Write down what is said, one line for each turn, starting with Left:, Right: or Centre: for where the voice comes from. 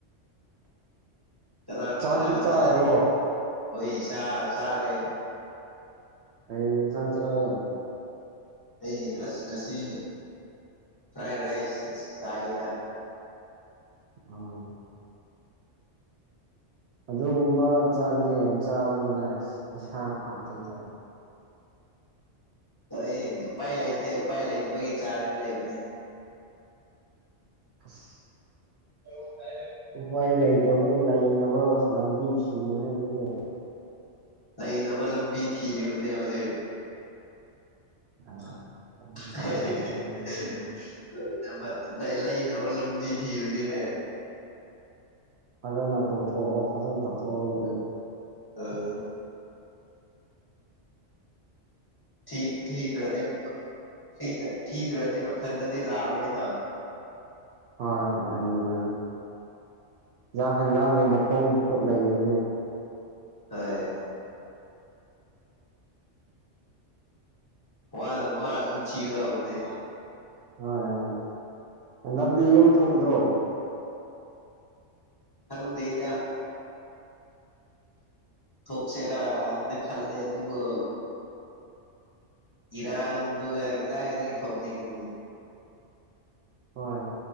Left: ꯀꯅꯥ
Right: ꯆꯥꯛꯇꯤ
Left: ꯀꯅꯥ ꯀꯅꯥ
Right: ꯆꯥꯔꯕꯣ
Left: ꯂꯩ ꯍꯣꯏ ꯆꯥ ꯆꯥꯔꯦ
Right: ꯀꯩ ꯑꯦꯟꯁꯥꯡ ꯆꯥꯕ
Left: ꯑꯩ ꯑꯁ ꯉꯁꯤ ꯐ꯭ꯔꯥꯏ ꯔꯥꯏꯁ ꯆꯥꯏꯗꯥ
Right: ꯑꯣ ꯑꯗꯨꯒꯨꯝꯕ ꯆꯥꯛꯅꯦ ꯌꯥꯝ ꯆꯥꯒꯅꯨꯗ ꯏꯁꯥ ꯐꯠꯇꯤꯗꯣ
Left: ꯑꯩ ꯎꯄꯥꯏ ꯂꯩꯇꯦ ꯎꯄꯥꯏ ꯂꯩꯇꯕꯒꯤ ꯆꯥꯔꯒ ꯂꯩꯕꯅꯦ
Right: <inaudible>
Left: <unintelligible> <inaudible>
Right: ꯎꯄꯥꯏ ꯂꯩꯇꯕꯗꯣ ꯂꯩꯅꯕ ꯂꯝꯕꯤ ꯊꯤꯌꯣꯅꯦ ꯑꯗꯨꯗ
Left: ꯂꯩꯅꯕ ꯂꯝꯕꯤ ꯊꯤꯔꯤꯕꯅꯦ ꯍꯧꯖꯤꯛ
Right: ꯑꯥ
Left: <inaudible>
Right: ꯑꯗꯨ ꯐꯔꯦ ꯐꯔꯦ ꯑꯗꯨꯕꯨꯗꯤ
Left: <inaudible> ꯊꯕꯛ ꯂꯩ ꯂꯩꯅꯕ ꯂꯝꯕꯤ ꯊꯤꯕꯅꯤꯅꯦ
Right: ꯐꯖꯅ ꯇꯧꯊꯣꯛꯑꯣ ꯐꯖꯅ ꯇꯧꯊꯣꯛꯑꯣ ꯑꯗꯨꯗꯤ
Left: ꯇꯜ ꯊꯤ ꯊꯤꯗ꯭ꯔꯗꯤ ꯊꯤꯗ ꯊꯤꯗ꯭ꯔꯗꯤ ꯃꯊꯟꯗꯗꯤ ꯂꯥꯛꯑꯣꯔꯣꯏꯅ
Right: ꯍꯣꯏ ꯃꯥꯅꯤ ꯃꯥꯅꯤ ꯌꯥꯛ ꯍꯦꯟꯖꯥꯡꯒ ꯃꯈꯣꯡ ꯃꯈꯨꯠ ꯂꯩꯕꯅꯦ
Left: <unintelligible> ꯋꯥꯅ ꯋꯥꯅꯖꯨ ꯊꯤꯒꯗꯧꯕꯅꯦ
Right: ꯍꯣꯏ ꯍꯣꯏ ꯍꯟꯗꯛꯇꯤ ꯌꯨꯝ ꯊꯣꯛꯀꯗ꯭ꯔꯣ
Left: ꯍꯪꯗꯤꯗ ꯊꯣꯛꯁꯦꯔꯥꯗꯤ ꯈꯜꯂꯦ ꯑꯗꯨꯕꯨ ꯏꯔꯥꯡꯗꯨꯒ ꯀꯗꯥꯏꯗꯒꯤ ꯊꯣꯛꯅꯤꯡꯉꯅꯤ
Right: ꯍꯣꯏ